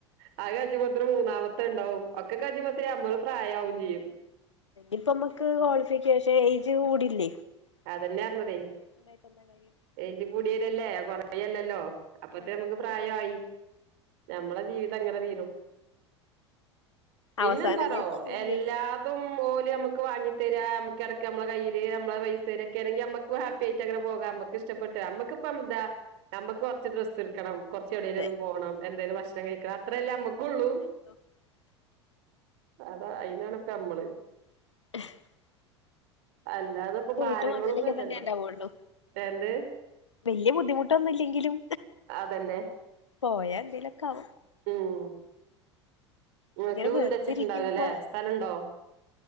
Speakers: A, on the right (about 55°); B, on the left (about 75°).
A: ആ അത്കജുബൊത്തിന് മൂന്നാമത്തെ ഉണ്ടാവും ഒക്ക കജ്ജ്മ്പോത്തിന് നമ്മള് പ്രായാവും ചെയ്യും
B: ഇപ്പമ്മക്ക് ക്വാളിഫിക്കേഷൻ ഏജ് കൂടില്ലേ.
A: അതന്നെ
B: എത്ര
A: പറഞ്ഞതേ
B: കോളിഫിക്കേഷൻണ്ടായിട്ടന്താ കാര്യം.
A: ഏജ് കൂടിവരല്ലേ കൊറയല്ലല്ലോ അപ്പൊത്ത്ന്
B: ആഹ്
A: നമുക്ക് പ്രായായി. ഞമ്മള ജീവിതം ഇങ്ങനെ തീരും. പിന്നെന്താടോ
B: അവസാനം കൊണ്ട് പോവും
A: എല്ലാ
B: പിന്നെ
A: അതും മോന് അമുക്ക് വാങ്ങിതരാ നമുക്കിടക്ക് നമ്മള കയ്യില് നമ്മള പൈസ. തെരൊക്കെണെങ്കിൽ മ്മക്ക് ഹാപ്പി ആയിട്ട് അങ്ങന പോക നമ്മക്ക് ഇഷ്ടപ്പെട്ട് നമ്മക്കിപ്പെന്താ. നമ്മക്ക് കൊറച്ച് ഡ്രസ്സ്‌ട്ക്കണം കൊറച്ച് എവിടേലൊന്ന്
B: അതെ
A: പോണം എന്തേലും ഭക്ഷണം കഴിക്കണം അത്രല്ലേമ്മക്കൊള്ളൂ.
B: <unintelligible>
A: അതാ അയിന്നാണ്പ്പ നമ്മള്.
B: <inaudible>
A: അല്ലാതപ്പ
B: നമ്മള് പോയിട്ടും
A: ഭാരങ്ങളൊന്നുല്ലല്ലോ
B: അങ്ങനെയൊക്കെ തന്നെ ഉണ്ടാവുള്ളു
A: എന്ത്
B: വല്യ ബുദ്ധിമുട്ടൊന്നുല്ലെങ്കിലും
A: അതന്നെ
B: പോയാ എന്തേലൊക്കാവും
A: ഉം ങ്ങക്ക്
B: ഇങ്ങനെ
A: വീട്
B: വെറുതെ
A: വച്ചിട്ടുണ്ടാവൂലല്ലേ
B: ഇരിക്കുമ്പോ
A: സ്ഥലംണ്ടോ.